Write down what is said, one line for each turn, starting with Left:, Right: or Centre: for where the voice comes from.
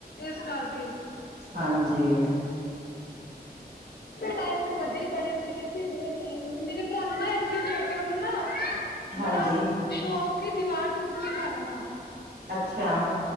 Left: ਏਸ ਕਰਕੇ
Right: ਹਾਂਜੀ
Left: ਟਾੲਮ ਦੇ ਮਜੇ ਹੀ ਬੜੇ ਸੀ ਅਸੀਂ ਬਹੁਤ ਟਾਈਮ ਮੇਰੇ ਪਰਾ ਨੂੰ ਨਾ ਇੱਥੇ ਛੋਟੇ ਆਲੇ ਨੂੰ ਨਾ
Right: ਹਾਂਜੀ
Left: ਬੜਾ ਸ਼ੌਕ ਸੀ, ਦੀਵਾਰ ਚ ਮੁੱਕੇ ਮਾਰਨ ਦਾ
Right: ਅੱਛਾ